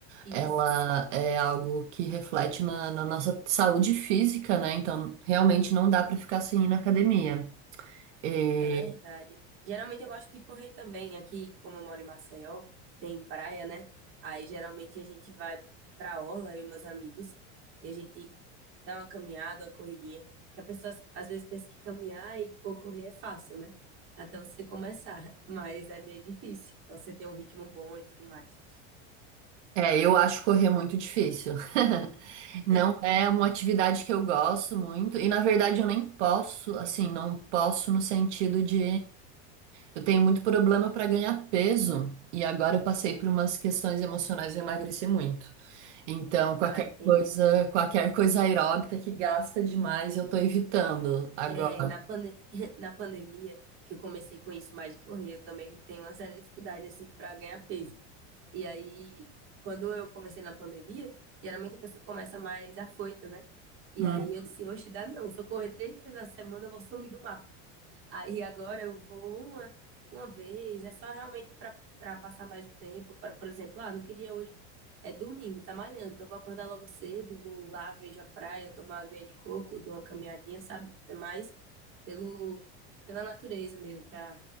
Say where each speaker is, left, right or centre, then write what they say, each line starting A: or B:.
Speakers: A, on the right; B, on the right.
A: ela
B: Isso,
A: é algo que reflete na, na nossa saúde física, né? Então, realmente não dá para ficar sem ir na academia. E-
B: é verdade. Geralmente eu gosto de correr também. Aqui, como eu moro em Maceió, tem praia, né? Aí geralmente a gente vai pra orla, eu e meus amigos, e a gente dá uma caminhada, uma corridinha. Que a pessoa às vezes pensa que caminhar e, ou correr é fácil, né? Até você começar, <laughs> mas é meio difícil. Você tem um ritmo bom e tudo mais.
A: é, eu acho correr muito difícil. <laughs> Não
B: <laughs>
A: é uma atividade que eu gosto muito, e na verdade eu nem posso, assim, não posso no sentido de. Eu tenho muito problema para ganhar peso e agora eu passei por umas questões emocionais e eu emagreci muito. Então, qualquer
B: Ah, entendi.
A: coisa, qualquer coisa aeróbica que gasta demais, eu tô evitando agora.
B: É, na pande- <laughs> na pandemia, que eu comecei com isso mais de correr, eu também tenho uma séria dificuldade, assim, pra ganhar peso. E aí, quando eu comecei na pandemia, geralmente a pessoa começa mais afoita, né? E
A: Hum.
B: aí eu disse, oxe, dá não. Se eu correr três vezes na semana, eu vou sumir do mapa. Aí agora eu vou uma, uma vez. É só realmente para para passar mais o tempo. Para, por exemplo, ah, não queria hoje. É domingo, tá malhando. Então eu vou acordar logo cedo, vou lá, vejo a praia, tomar água de coco, dou uma caminhadinha, sabe? É mais pelo, pela natureza mesmo, para